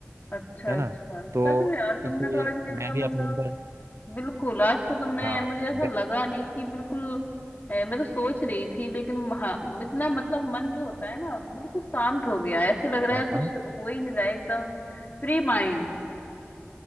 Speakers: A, on the left; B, on the right.
A: अच्छा
B: है ना
A: अच्छा
B: तो
A: सच में यार तुमने
B: इसे
A: तो आज मेरा
B: मैं
A: मतलब
B: भी अपने अंदर
A: बिल्कुल आज तो तुमने
B: हाँ
A: मुझे ऐसा
B: ड-
A: लगा नहीं कि बिल्कुल अ, मैं तो सोच रही थी लेकिन महा- इतना मतलब मन जो होता है ना बिल्कुल शांत हो गया ऐसे लग रहा
B: हाँ
A: है
B: हाँ,
A: कुछ हो ही नहीं रहा है, एकदम फ्री माइंड